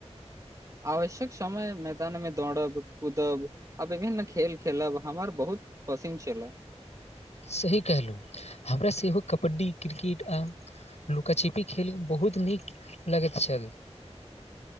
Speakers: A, on the right; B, on the left.
A: आवश्यक समय मैदान मे दौड़ब कूदब आ विभिन्न खेल खेलब हमर बहुत पसन छला
B: सही कहलहुँ हमरा सेहो कबड्डी क्रिकेट आ लुकाछिपी खेल बहुत नीक लगैत छल।